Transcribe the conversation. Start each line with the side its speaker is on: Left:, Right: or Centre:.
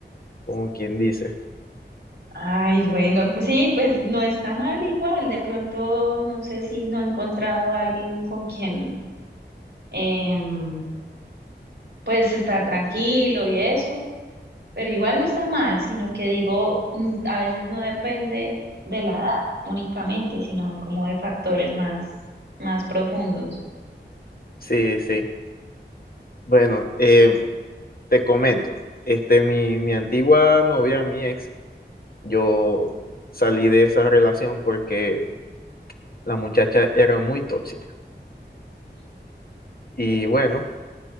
Left: como quien dice.
Right: Ay, bueno, pues sí, pues no está mal igual. De pronto, no sé si no he encontrado a alguien con quien, em, pues estar tranquilo y eso. Pero igual no está mal, sino que digo, mm, a veces no depende de la edad únicamente, sino de como de factores más, más profundos.
Left: Sí, sí. Bueno, eh, te comento, este, mi, mi antigua novia, mi ex, yo salí de esa relación porque la muchacha era muy tóxica. Y bueno,